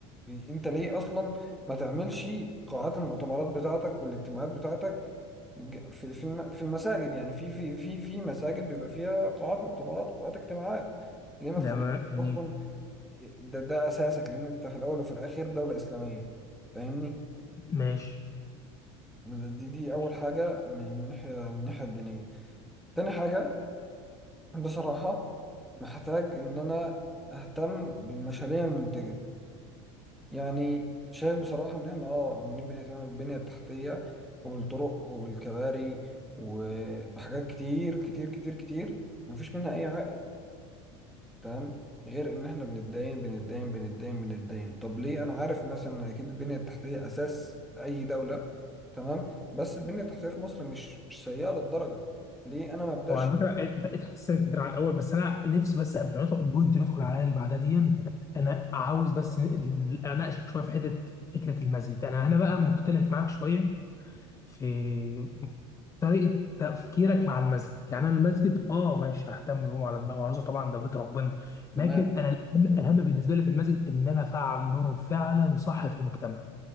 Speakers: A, in the centre; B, on the left.
A: انت ليه أصلا ما تعملش قاعات المؤتمرات بتاعتك والاجتماعات بتاعتك ج- في في الم- في المساجد يعني في في في في مساجد بيبقى فيها قاعات مؤتمرات وقاعات اجتماعات ليه ما
B: لا
A: تخليك
B: ما- جميل
A: أصلا ده ده أساسك لأن أنت في الأول وفي الآخر دولة إسلامية فاهمني؟
B: ماشي
A: دي دي أول
B: جميل.
A: حاجة من الناحية من الناحية الدينية تاني حاجة بصراحة محتاج إن أنا أهتم بالمشاريع المنتجة يعني شايف بصراحة إن إحنا آه عمالين بنهتم بالبنية التحتية وبالطرق وبالكباري وبحاجات كتير كتير كتير كتير مفيش منها أي عائد تمام غير إن إحنا بنتداين بنتداين بنتداين بنتداين طب ليه أنا عارف مثلا إن أكيد البنية التحتية أساس أي دولة تمام بس البنية التحتية في مصر مش مش سيئة للدرجة ليه أنا ما أبدأش
B: هو على فكره ات- اتحسنت كتير عن الاول بس انا نفسي بس قبل ما ندخل البوينت ندخل على اللي بعدها دي انا عاوز بس ال- اناقشك شويه في حته فكره المسجد انا هنا بقى مختلف معاك شويه في طريقة تفكيرك مع المسجد يعني أنا المسجد آه ماشي ههتم بيه على دماغي وعروسه طبعا ده بيت ربنا لكن
A: تمام
B: أنا الأهم الأهم بالنسبة لي في المسجد إن أنا أفعل دوره فعلا صح في المجتمع